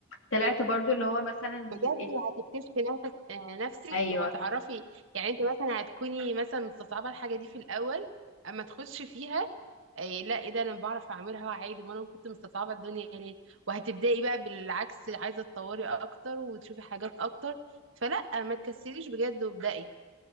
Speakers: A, on the left; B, on the right.
A: طلعت برضو اللي هو مثلا ال-
B: بجد وهتكتشفي نفسك آه، نفسك
A: ايوه
B: وهتعرفي يعني انت مثلا هتكوني مثلا مستصعبه الحاجه دي في الاول اما تخش فيها إيه لا ايه ده انا بعرف اعملها عادي ما انا كنت مستصعبه الدنيا ليه وهتبداي بقى بالعكس عايزه تطوري اكتر وتشوفي حاجات اكتر فلا ما تكسليش بجد وابدأي